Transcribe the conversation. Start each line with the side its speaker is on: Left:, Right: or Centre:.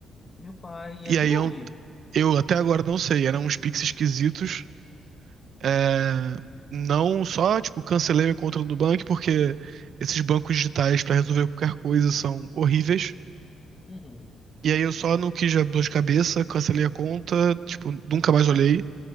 Left: Meu pai era
Right: E aí
Left: de onde?
Right: eu, eu até agora não sei, eram uns Pix esquisitos. É, não só, tipo, cancelei minha conta do banco porque esses bancos digitais pra resolver qualquer coisa são horríveis.
Left: Uhum.
Right: E aí eu só não quis dar dor de cabeça, cancelei a conta, tipo, nunca mais olhei.